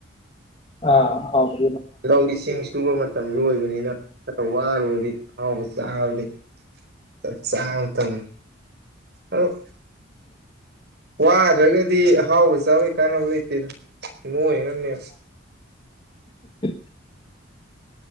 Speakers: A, on the left; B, on the right.
A: ꯑ ꯑꯍꯥꯎꯕ
B: ꯂꯧ ꯏꯁꯤꯡ ꯁꯨꯕ ꯃꯇꯝꯁꯨ ꯑꯣꯏꯕꯅꯤꯅ ꯆ ꯋꯥꯔꯨꯔꯗꯨ ꯑꯍꯥꯎꯕ ꯆꯥꯕꯒꯤ ꯆꯞ ꯆꯥꯕ ꯃꯇꯝꯅꯤ ꯑꯥ ꯋꯥꯗ꯭ꯔꯒꯗꯤ ꯑꯍꯥꯎꯕ ꯆꯥꯕꯩ ꯀꯥꯟꯅꯕ ꯂꯩꯇꯦꯗ ꯅꯣꯏꯒꯤꯅꯕꯅꯤ
A: ꯇꯥꯛ